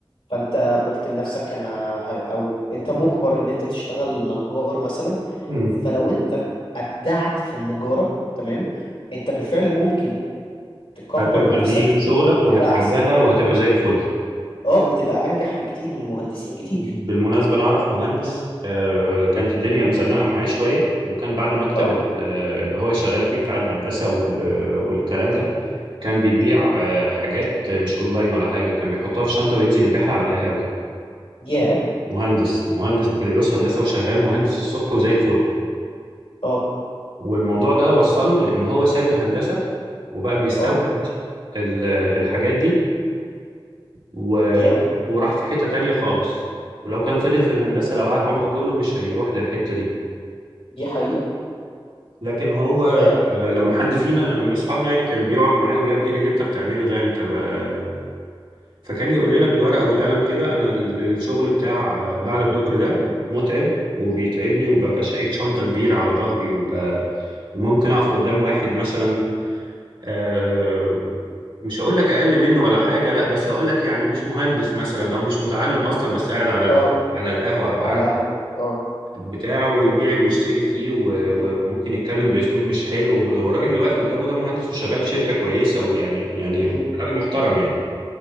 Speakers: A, on the left; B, on the right.
A: فانت قلت لنفسك انا ه... او انت مجبر ان انت تشتغل نجار مثلا
B: امم
A: فلو انت ابدعت في النجارة تمام انت بالفعل ممكن تكبر
B: هتبقى
A: نفسك
B: دي شغلك
A: وتبقى
B: وهتحبها
A: احسن
B: وهتبقى زي الفل
A: اه وتبقى انجح بكتير من مهندسين كتير
B: بالمناسبة أنا أعرف مهندس آه، كانت الدنيا
A: م?
B: مزنقة معاه شوية وكان بعد مكتب
A: اه
B: ال- آه، اللي هو شغال فيه بتاع الهندسة وال- آه، والكلام ده كان بيبيع
A: م?
B: آه، حاجات مش اونلاين ولا حاجه كان بيحطها في شنطه وينزل يبيعها على القهاوي
A: ياه
B: مهندس مهندس بكالوريوس هندسه وشغال مهندس الصبح وزي الفل
A: اه
B: والموضوع ده وصله لان هو ساب الهندسه وبقى بيستورد
A: اه
B: ال- الحاجات دي و...
A: ياه
B: وراح في حته تانية خالص ولو كان فضل في الهندسه لو قعد عمره كله مش هيروح للحته دي
A: دي حقيقة
B: لكن هو
A: يا
B: آه، لما حد
A: م-
B: فينا من اصحابنا يعني كان بيقعد معاه ويا ابني ايه اللي انت بتعمله ده انت بقى فكان يقول لنا بالورقة والقلم كده أنا ال- الشغل بتاع آه، بعد
A: م-
B: الظهر ده متعب وبيتعبني وببقى
A: م-
B: شايل شنطة كبيرة على ظهري وببقى- وممكن أقف قدام واحد مثلا آه، مش هقول لك أقل منه ولا حاجة لا بس هقول لك يعني
A: م.
B: مش مهندس مثلا أو مش متعلم أصلا بس قاعد على ال-
A: اه
B: على القهوة أو
A: على
B: قاعد
A: القهوة اه
B: بتاعه ويبيع ويشتري فيه و-
A: م-
B: و- وممكن يتكلم بأسلوب مش حلو والراجل اللي واقف قدامه ده مهندس وشغال في شركة كويسة ويعني يعني
A: م.
B: راجل محترم يعني